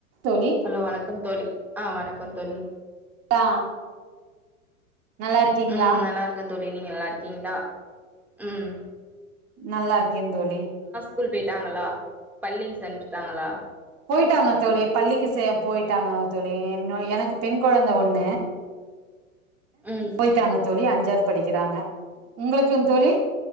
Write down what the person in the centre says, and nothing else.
ஹலோ வணக்கம் தோழி ஆ வணக்கம் தோழி
ம் நல்லாருக்க தோழி நீங்க நல்லாருக் கீங்ளா? ம்
கூல் போயிட்டாங்களா? பள்ளி சென்றுட்டாங்களா?
ம்